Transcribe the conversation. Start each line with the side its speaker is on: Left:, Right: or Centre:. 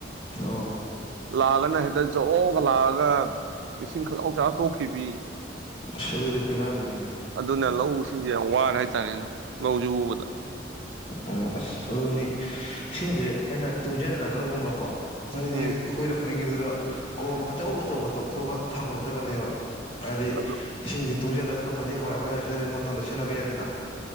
Left: ꯑꯣ
Right: ꯂꯥꯛꯑꯒꯅ ꯍꯦꯛꯇ ꯖꯒ ꯂꯥꯛꯑꯒ ꯏꯁꯤꯡ ꯈꯛꯥꯎ ꯆꯅ ꯊꯣꯛꯈꯤꯕ
Left: ꯁ ꯑꯗꯨꯗꯤ ꯄꯦꯔꯥꯅꯤꯍꯦ
Right: ꯑꯗꯨꯅ ꯂꯧꯁꯤꯡꯁꯦ ꯌꯥꯝ ꯋꯥꯔ ꯍꯥꯏꯇꯥꯔꯦꯅꯦ ꯂꯧꯁꯤ ꯎꯕꯗ
Left: ꯎꯝ ꯑꯁ ꯑꯗꯨꯅꯤ ꯏꯁꯤꯡꯁꯦ ꯑꯩꯈꯣꯏꯅ ꯇꯨꯡꯁꯤꯟꯅꯕꯒꯨꯝꯕꯀꯣ ꯍꯥꯏꯗꯤ
Right: ꯎꯝ
Left: ꯑꯩꯈꯣꯏꯅ ꯎꯠꯅꯤꯡꯉꯤꯗꯨꯗ ꯀꯣꯝ ꯑꯆꯧ ꯑꯆꯧꯕ ꯇꯧꯊꯣꯛꯑꯒ ꯊꯝꯒꯗꯕꯅꯦꯕ ꯑꯗ
Right: ꯑꯗꯨ
Left: ꯁꯤꯁꯦ ꯇꯨꯡꯖꯦ ꯂ ꯊꯝꯃꯗꯤ ꯑꯩꯈꯣꯏ ꯑꯩꯈꯣꯏꯅ ꯁꯩꯔꯦꯡ ꯃꯇꯝꯗ ꯁꯦꯟꯅꯕ ꯌꯥꯏꯗꯅ